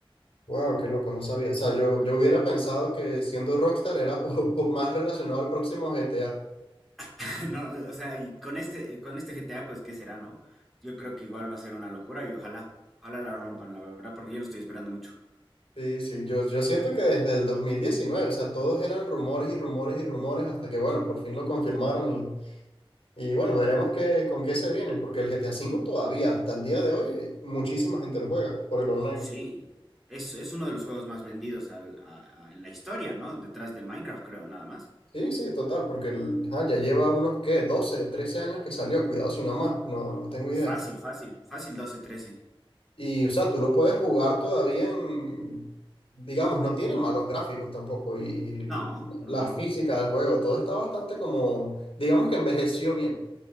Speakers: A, on the left; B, in the centre.
A: Wow, qué loco, no sabía. O sea, yo, yo hubiera pensado que siendo Rockstar era <laughs> po- po- más relacionado al próximo GTA.
B: <laughs> No, o sea, y con este, con este GTA, pues, ¿qué será, no? Yo creo que igual va a ser una locura y ojalá, ojalá la rompan, la verdad, porque yo lo estoy esperando mucho.
A: Sí, sí, yo, yo siento que desde el 2019, o sea, todos eran rumores y rumores y rumores hasta que, bueno, por fin lo confirmaron Y bueno, veremos qué, con qué se vienen, porque el GTA cinco
B: Mm,
A: todavía, hasta el día de hoy, eh, muchísima gente lo juega por el online.
B: Sí, es, es uno de los juegos más vendidos al- a- a- en la historia, ¿no? Detrás del Minecraft, creo, nada más.
A: Sí, sí, total, porque el- ajá, ya lleva unos, ¿qué? 12 13 años que salió, cuidado si no más, no, no tengo idea.
B: Fácil, fácil, fácil doce trece
A: Y, o sea, tú lo puedes jugar todavía en, digamos, no tiene malos gráficos tampoco, y,
B: No,
A: y la
B: no,
A: física
B: no.
A: del juego, todo está bastante como, digamos que envejeció bien.